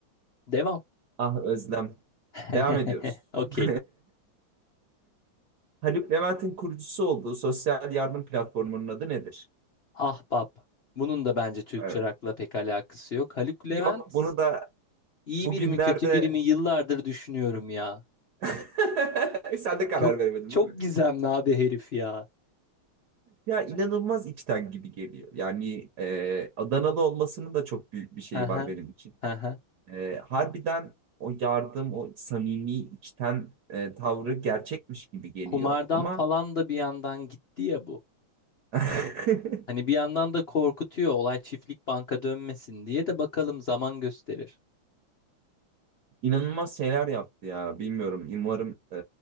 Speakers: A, on the left (about 65°); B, on the right (about 55°).
A: Devam.
B: ah Özlem.
A: <laughs>
B: Devam ediyoruz.
A: Okey.
B: <laughs> Haluk Levent'in kurucusu olduğu sosyal yardım platformunun adı nedir?
A: Ahbap. Bunun da bence Türkçe
B: Evet.
A: rock'la pek alakası yok. Haluk
B: Yok
A: Levent
B: bunu da
A: iyi
B: bugünlerde
A: biri mi kötü biri mi yıllardır düşünüyorum ya.
B: <laughs> sen de karar
A: Çok
B: veremedin
A: çok
B: değil mi?
A: gizemli abi herif ya.
B: Ya inanılmaz içten gibi geliyor. Yani e, Adanalı olmasının da çok büyük bir şeyi
A: Haha,
B: var benim için.
A: haha.
B: E, harbiden o yardım, o samimi içten e, tavrı gerçekmiş gibi geliyor.
A: Kumardan
B: Ama
A: falan da bir yandan gitti ya bu.
B: <laughs>
A: Hani bir yandan da korkutuyor olay çiftlik banka dönmesin diye de bakalım zaman gösterir.
B: inanılmaz şeyler yaptı ya. Bilmiyorum. Umarım e,